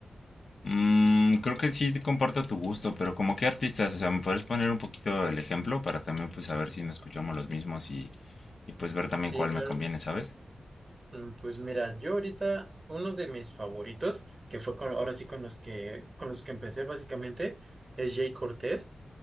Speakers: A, on the left; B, on the right.
A: Mm, creo que sí comparto tu gusto, pero como qué artistas, o sea, ¿me podrías poner un poquito el ejemplo para también pues saber si no escuchamos los mismos y, y pues ver también
B: Sí,
A: cuál
B: claro.
A: me conviene, ¿sabes?
B: Mm, Pues mira, yo ahorita uno de mis favoritos, que fue con, ahora sí con los que con los que empecé básicamente, es Jay Cortés.